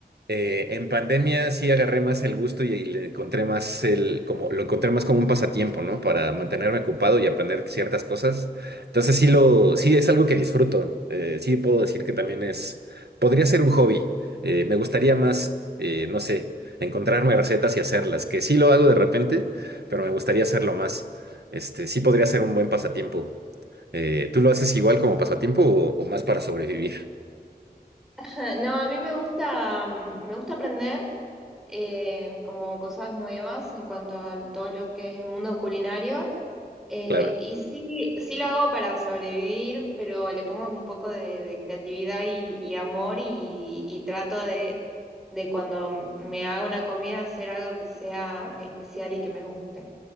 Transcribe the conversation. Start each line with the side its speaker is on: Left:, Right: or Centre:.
Right: Eh, en pandemia sí agarré más el gusto y, y le encontré más el, como, lo encontré más como un pasatiempo, ¿no? Para mantenerme ocupado y aprender ciertas cosas. Entonces sí lo, sí es algo que disfruto. Eh, sí puedo decir que también es, podría ser un hobby. Eh, me gustaría más, eh, no sé, encontrarme recetas y hacerlas, que sí lo hago de repente, pero me gustaría hacerlo más. Este, sí podría ser un buen pasatiempo. Eh, ¿tú lo haces igual como pasatiempo o o más para sobrevivir?
Centre: <laughs> No, a mí me gusta, mm, me gusta aprender eh, como cosas nuevas en cuanto a todo lo que es el mundo culinario. Eh,
Right: Claro,
Centre: y sí, sí lo hago para sobrevivir, pero le pongo un poco de, de creatividad y, y amor y, y trato de, de cuando me hago una comida hacer algo que sea especial y que me guste,